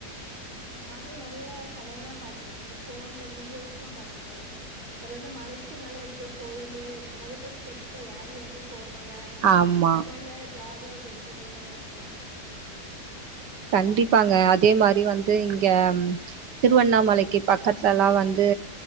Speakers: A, on the right; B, on the right.
A: நானு நெறைய கலை எல்லா பாத்திருக்கே ஃபோன்ல வீடியோஸ் எல்லா பாத்துருக்கே அப்றோ வந்து மலைக்கு மேல இருக்கற கோயிலு நெறைய பேர் ஸ்டெப்ஸ்ல ஏறி ஏறி போவாங்க
B: ஆமா
A: அதெல்லா ஜாலியா ஒரு என்டர்டைன்மென்னா இருக்கு
B: கண்டிப்பாங்க அதே மாரி வந்து இங்க திருவண்ணாமலைக்கு பக்கத்துலலா வந்து